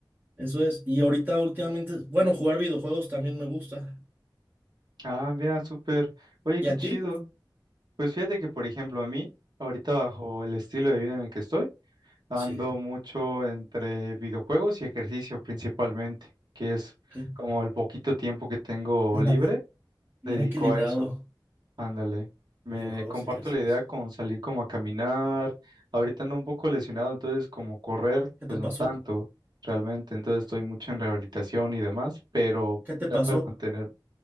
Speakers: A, on the right (about 25°); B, on the right (about 60°).
A: eso es. Y ahorita últimamente, bueno, jugar videojuegos también me gusta.
B: Ah, mira, súper. Oye,
A: ¿Y
B: qué
A: a
B: chido.
A: ti?
B: Pues fíjate que, por ejemplo, a mí, ahorita bajo el estilo de vida en el que estoy, ando
A: Sí.
B: mucho entre videojuegos y ejercicio principalmente, que es
A: ¿qué?
B: como el poquito tiempo que tengo
A: <laughs>
B: libre,
A: Bien
B: dedico
A: equilibrado,
B: a eso. Ándale. Me
A: videojuegos
B: comparto
A: y ejercicio.
B: la idea con salir como a caminar. Ahorita ando un poco lesionado, entonces como correr,
A: ¿Qué
B: pues
A: te pasó?
B: no tanto realmente. Entonces estoy mucho en rehabilitación y demás, pero
A: ¿Qué te
B: trato
A: pasó?
B: de mantenerme